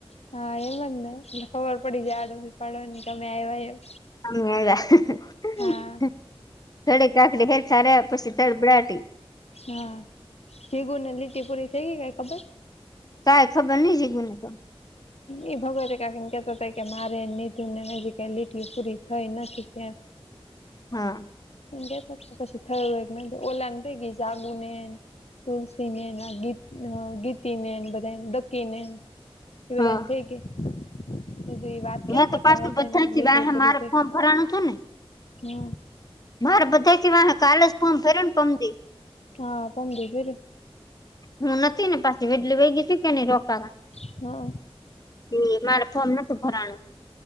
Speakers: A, on the left; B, on the left.
A: હા એમ જ ને એટલે ખબર પડી જાયઆડોશી પાડોશીને અમે આવ્યા એમ.
B: અમે આવ્યા હ
A: હા
B: હ થોડી કાકડી <unintelligible> પછી તડબડાતી <unintelligible>
A: હા જીગુને લીટી પૂરી થઈ ગઈ ખબર
B: કાઈ ખબર નહિ જીગુ નીતો.
A: ઈ ભગવતી કાકી ને કહેતા હતા કે મારે અને નીતુ ને હજી લીટયો પૂરી થઇ નથી કે એમ <inaudible>
B: હા
A: કેતા હતા પછી થયું હોય નથી ઓલા ને થઈ ગઈ જાગુંનેને તુલસીને ના ગીત ગીતી ને બધાયને <unintelligible> <unintelligible> એ બધા
B: હા
A: ને થઇ ગઇ. <unintelligible> એ બધાં વાત કેમ
B: મેં
A: કરતા
B: તો પાછું
A: હતાને
B: બધાથી
A: લીટી
B: વાહે
A: ઓ પુરી
B: મારે
A: થઈ
B: ફોર્મ ભરાણું હતું ને
A: હમ.
B: મારે બધા થી વાહે કાલજ ફોર્મ ભર્યું ને પમદી
A: હા પમદી <unintelligible>
B: હું નથી ને પાછી વેડલીવાઈ ગઇ તી ને રોકાવા.
A: <inaudible> હા
B: એ મારે ફોર્મ નતું ભરાણું